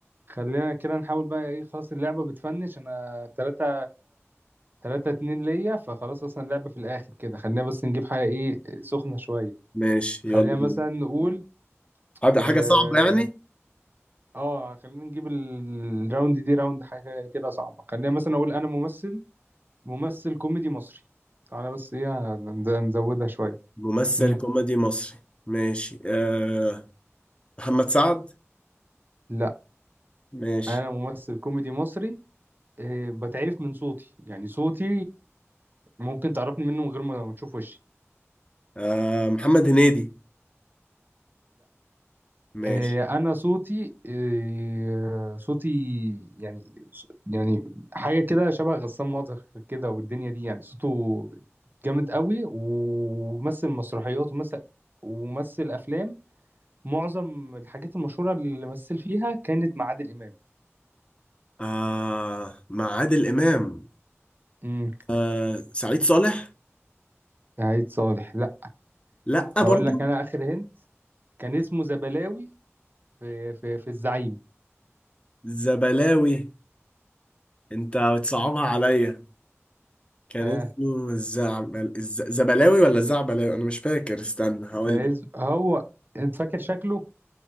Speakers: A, on the right; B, on the left.
A: خلينا كده نحاول بقى ايه خلاص اللعبة بتفنش انا تلاتة تلاتة اتنين ليا فخلاص اصلا اللعبة في الاخر كده خلينا بس نجيب حاجة ايه سخنة شوية
B: ماشي
A: خلينا
B: يلا بينا
A: مثلا نقول
B: حاجة حاجة
A: اه
B: صعبة يعني
A: آه، خلينا نجيب ال- الراوند دي راوند حاجة كده صعبة خلينا مثلا اقول انا ممثل ممثل كوميدي مصري تعالى بس ايه هنز- نزودها شوية
B: ممثل
A: مم.
B: كوميدي مصري ماشي آه محمد سعد
A: لا
B: ماشي
A: انا ممثل كوميدي مصري آه، بتعرف من صوتي يعني صوتي ممكن تعرفني منه من غير ما ما تشوف وشي
B: آه محمد هنيدي ماشي
A: آه، انا صوتي آه، صوتي يعني يعني حاجه كده شبه غسان مطر كده والدنيا دي يعني صوته جامد قوي ومثل مسرحيات ومثل ومثل افلام معظم الحاجات المشهوره اللي مثل فيها كانت مع عادل امام
B: آه مع عادل إمام
A: امم
B: آه سعيد صالح
A: سعيد صالح لا
B: لأ
A: هقول
B: برضو
A: لك انا اخر هنت كان اسمه زبلاوي في في في الزعيم
B: زبلاوي أنت بتصعبها عليا كان
A: ها
B: اسمه الزعبل الز... زبلاوي ولا الزعبلاوي أنا مش فاكر استنى هقول
A: كان اسم- هو انت فاكر شكله